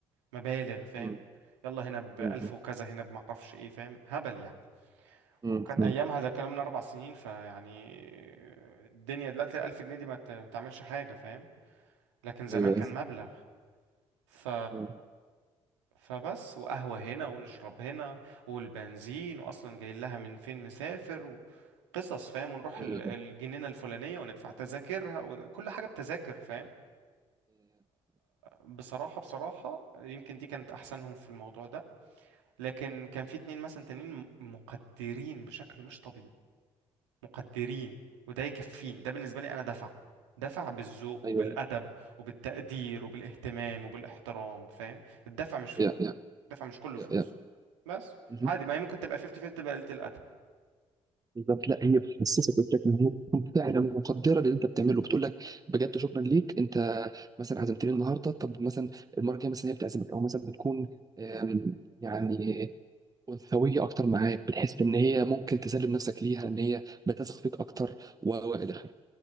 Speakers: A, on the right; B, on the right.
A: مبالغ فاهم
B: مم.
A: يلا هنا بألف
B: مم.
A: وكذا هنا بمعرفش ايه فاهم هبل يعني
B: مم.
A: وكان
B: مم.
A: ايامها ده كان من اربع سنين فيعني الدنيا دلوقتي الألف جنيه دي ما ت- ما تعملش حاجة فاهم لكن زمان
B: ايوه
A: كان
B: ايوه
A: مبلغ ف
B: مم.
A: فبس وقهوة هنا ونشرب هنا والبنزين وأصلا جاي لها من فين مسافر وقصص فاهم ونروح
B: ايوه
A: ال- الجنينة الفلانية وندفع تذاكرها وكل حاجة بتذاكر فاهم بصراحة بصراحة يمكن دي كانت أحسنهم في الموضوع ده لكن كان في اتنين مثلا تانيين م- مقدرين بشكل مش طبيعي مقدرين وده يكفيني ده بالنسبة لي أنا دفع دفع بالذوق وبالأدب
B: ايوه
A: وبالتقدير وبالاهتمام وبالاحترام فاهم الدفع مش فلوس
B: يا- يا- يا- ايوه
A: دفع مش كله
B: يا
A: فلوس
B: يا يا يا
A: بس
B: مهم.
A: عادي ما هي ممكن تبقى 50 50 تبقى قلة الأدب
B: بالظبط لا هي بتحسسك قلت لك ان هي بتكون فعلا مقدره للي انت بتعمله بتقول لك بجد شكرا ليك انت مثلا عزمتني النهارده طب مثلا المره الجايه مثلا هي بتعزمك او مثلا بتكون آم، يعني انثويه اكتر معاك بتحس ان هي ممكن تسلم نفسك ليها ان هي بتثق فيك اكتر و و الى اخره